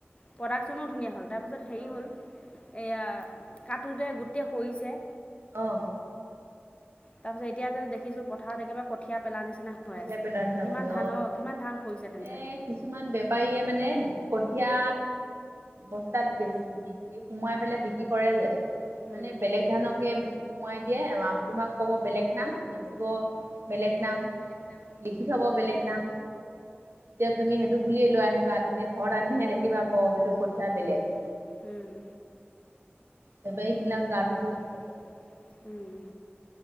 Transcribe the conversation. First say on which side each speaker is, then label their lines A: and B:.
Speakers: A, on the left (about 25°); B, on the right (about 75°).
A: প্ৰডাকশ্যনো ধুনীয়া হ'ল তাৰপিছত হেৰি
B: অ'
A: হ'ল। এইয়া কাটোতে গোটেই সৰিছে।
B: অ,
A: তাৰ পিছত এতিয়া যে দেখিছো পথাৰত একেবাৰে কঠীয়া পেল নিচিনা
B: কঠিয়াই
A: হৈ আছে
B: পেলোৱা নিচিনা
A: কিমান
B: কৰিছে
A: ধান অ' কিমান ধান শইছে তেন্তে।
B: এ কিছুমান বেপাৰীয়ে মানে কঠীয়া বস্তাত বেছি সোমাই পেলাই বিক্ৰী কৰে যে মানে
A: উম,
B: বেলেগ বেলেগ ধানকে সোমোৱাই দিয়ে তোমাক ক'ব বেলেগ নাম বেচিব বেলেগ নাম।
A: বেলেগ নাম।
B: লিখি থ'ব বেলেগ নাম এতিয়া তুমি সেইটো বুলিয়ে লৈ আহিবা তেতিয়া ঘৰত আনিহে দেখিবা ব টো কথাীয়া বেলেগ।
A: উম,
B: বেপাৰীবিলাক
A: উম,
B: গাতো দুখ আছে